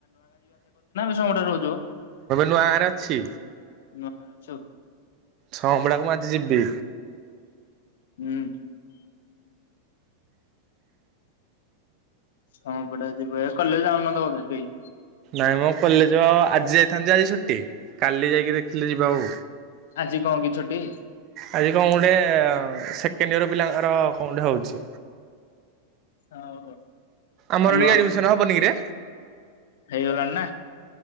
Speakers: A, on the left (about 60°); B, on the right (about 35°).
A: <unintelligible> ରହୁଚୁ?
B: ନୂଆ ଗାଁରେ ଅଛି।
A: ଗାଁରେ ଅଛୁ।
B: ସମ୍ବଡାକୁ ମୁଁ ଆଜି ଯିବି।
A: ଉଁ, ସଁ ପଟେ ଯିବା ଏ କଲେଜ୍ ଯାଉନଥବ ବୋଧେ କେଇ?
B: ନାଇଁ ମୋ କଲେଜ୍ ଆଜି ଯାଇଥାନ୍ତି ଯେ ଆଜି ଛୁଟି। କାଲି ଯାଇକି ଦେଖିଲେ ଯିବା ଆଉ।
A: ଆଜି କଣ କି ଛୁଟି?
B: ଆଜି କଣ ଗୋଟେ ସେକେଣ୍ଡ ଇୟର ପିଲାଙ୍କର କଣ ଗୋଟେ ହଉଛି।
A: ଆଉ
B: ଆମର
A: ନୂଆ
B: ରିଆଡମିସନ ହବନ କି ରେ?
A: ହେଇଗଲାଣି ନା।